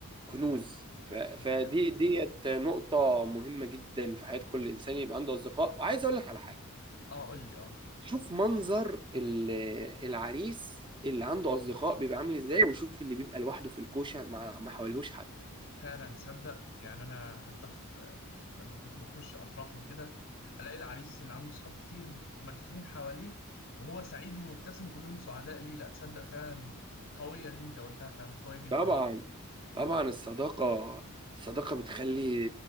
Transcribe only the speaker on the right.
كنوز ف- فدي
ديت نقطة مهمة جدا في حياة كل إنسان يبقى عنده أصدقاء وعايز أقول لك على حاجة
شوف منظر ال- العريس اللي عنده أصدقاء بيبقى عامل إزاي وشوف اللي بيبقى لوحده في الكوشة مع ما حواليهوش حد
طبعا طبعا الصداقة الصداقة بتخلي